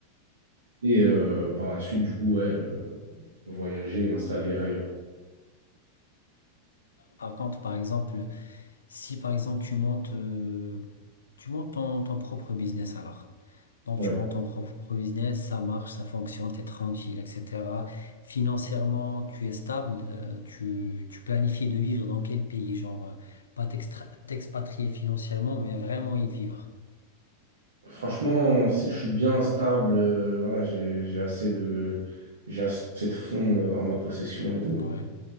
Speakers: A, on the right; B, on the left.
A: Et euh, par la suite, du coup, ouais, euh, voyager et m'installer ailleurs.
B: Par contre, par exemple, Si par exemple tu montes, euh, tu montes ton, ton propre business alors. Donc
A: Ouais.
B: tu montes ton propre business, ça marche, ça fonctionne, t'es tranquille, etc. Financièrement, tu es stable, euh, tu, tu planifies de vivre dans quel pays, genre euh, pas t'extra- t'expatrier financièrement, mais vraiment y vivre.
A: Franchement, si je suis bien stable, euh, voilà, j'ai, j'ai assez de, j'ai assez de fonds euh, en ma possession et tout.
B: Ouais,